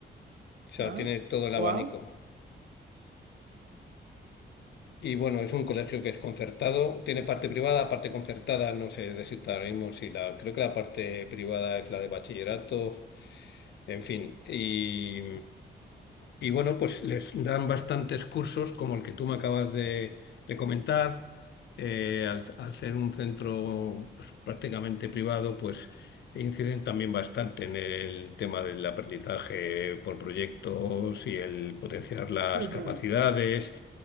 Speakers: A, on the left (about 65°); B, on the right (about 55°).
A: O sea,
B: Ah,
A: tiene todo el
B: wow.
A: abanico. Y bueno, es un colegio que es concertado, tiene parte privada, parte concertada, no sé decirte ahora mismo si la, creo que la parte privada es la de bachillerato, en fin, y, y bueno, pues les dan bastantes cursos, como el que tú me acabas de, de comentar. Eh, al, al ser un centro pues, prácticamente privado, pues inciden también bastante en el tema del aprendizaje por proyectos y el potenciar las
B: Ujú.
A: capacidades